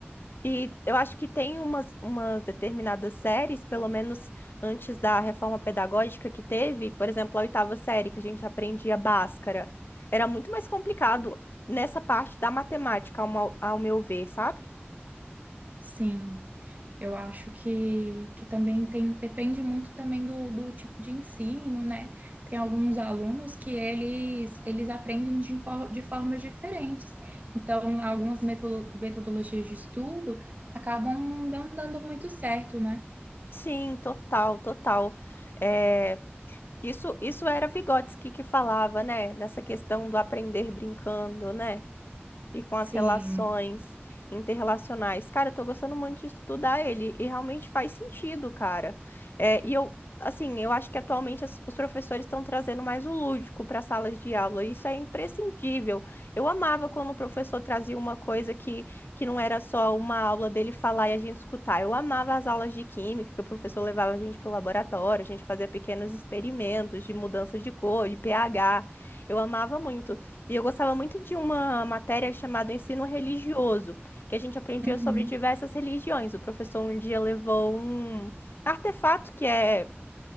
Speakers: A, on the left; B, on the right.
A: E eu acho que tem umas, umas determinadas séries, pelo menos antes da reforma pedagógica que teve, por exemplo, a oitava série, que a gente aprendia Bhaskara. Era muito mais complicado nessa parte da matemática, ao, mau- ao meu ver, sabe?
B: sim. Eu acho que, que também tem, depende muito também do, do tipo de ensino, né? Tem alguns alunos que eles, eles aprendem de, for- de formas diferentes. Então, algumas metodo- metodologias de estudo acabam não dando muito certo, né?
A: Sim, total, total. É, Isso, isso era Vygotsky que falava, né? Nessa questão do aprender brincando, né? e com
B: Sim.
A: as relações interrelacionais. Cara, eu tô gostando muito de estudar ele e realmente faz sentido, cara. É, e eu, assim, eu acho que atualmente as- os professores estão trazendo mais o lúdico para salas de aula. e Isso é imprescindível. Eu amava quando o professor trazia uma coisa que, que não era só uma aula dele falar e a gente escutar. Eu amava as aulas de química, que o professor levava a gente para o laboratório, a gente fazia pequenos experimentos de mudança de cor, de pH. Eu amava muito. E eu gostava muito de uma matéria chamada Ensino Religioso, que a gente aprendia
B: Uhum.
A: sobre diversas religiões. O professor um dia levou um artefato que é